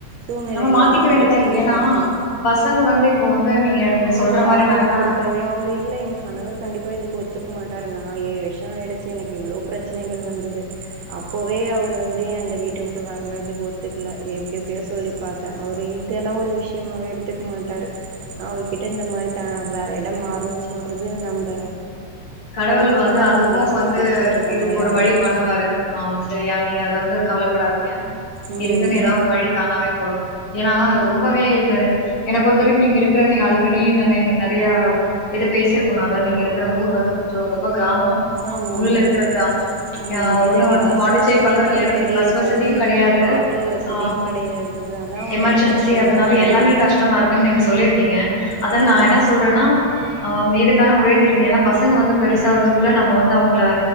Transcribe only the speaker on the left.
நம்ம
மாத்திக்க வேண்டியதா
ஏன்னா
பசங்க வந்து இப்போ வந்து நீங்க சொல்ற
மாரி நா என்ன
கடவுள்
வந்து அதுக்கு
வந்து
இதுக்கு
ஒரு
வழி பண்ணுவாரு ஆ சரியா நீங்க அத வந்து கவலைப்படாதீங்க
இருக்குன்னு ஏதாவது ஒரு வழி தானாவே பொறக்கு ஏனா அது ரொம்பவே இது என்ன பொறுத்த வரைக்கு நீங்க இருக்கிற நீங்க அல்ரெடி ந நீங்க நெறையா இது பேசிருக்கணு அதாவது நீங்க இருக்கிற ஊர் வந்து கொஞ்சோ ரொம்ப கிராமோ
உள்ள
இருக்கிற கிராமம்
ஆ
ஒண்ணு
வந்து
பாண்டிச்சேரி
பக்கத்துல
பஸ்
வசதியு கிடையா து
ஆ
எமர்ஜென்சி
அதனால எல்லாமே
கஷ்டமா இருக்குன்னு நீங்க சொல்லிருக்கீங்க அதா
நா என்ன சொல்றன்னா அ இதுக்கான ஒரே திருப்பி ஏன்னா பசங்க வந்து பெருசாறதுக்குள்ள நம்ம வந்து அவங்கள